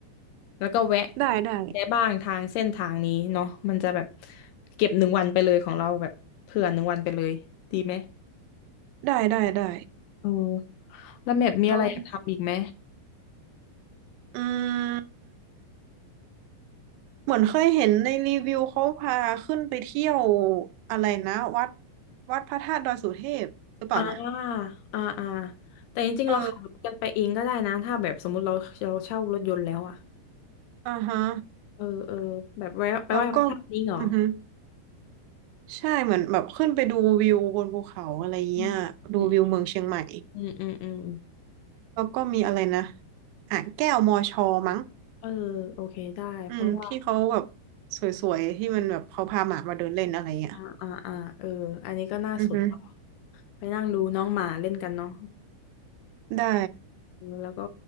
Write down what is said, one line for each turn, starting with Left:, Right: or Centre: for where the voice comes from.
Left: แล้วก็แวะ
Right: ได้ได้
Left: ได้บ้างทางเส้นทางนี้เนาะมันจะแบบเก็บหนึ่งวันไปเลยของเราแบบเผื่อหนึ่งวันไปเลยดีไหม
Right: ได้ได้ได้
Left: เออแล้วแมพมีอะไรอยากทำอีกไหม
Right: แล้วอืมเหมือนเคยเห็นในรีวิวเขาพาขึ้นไปเที่ยวอะไรนะวัดวัดพระธาตุดอยสุเทพหรือเปล่านะ
Left: อ่า อ่าอ่าแต่จริงๆ
Right: เออ
Left: เราขับรถกันไปเองก็ได้นะถ้าแบบสมมติเราเราเช่ารถยนต์แล้วอะ
Right: อ่าฮะ
Left: เออ เออแบบไปไปไหว้พระธาตุนี้เหรอ
Right: แล้วก็อือฮึใช่เหมือนแบบขึ้นไปดูวิวบนภูเขาอะไรเงี้ยดูวิวเมืองเชียงใหม่
Left: อืมอืมอืมอืม
Right: แล้วก็มีอะไรนะอ่างแก้วมอชอมั้ง
Left: เออโอเคได้เพราะว่า
Right: อืมที่เขาแบบสวยๆที่มันแบบเขาพาหมามาเดินเล่นอะไรเงี้ย
Left: อ่าอ่าอ่าเอออันนี้ก็น่าสน
Right: อือฮึ
Left: ไปนั่งดูน้องหมาเล่นกันเนาะ
Right: ได้
Left: เออแล้วก็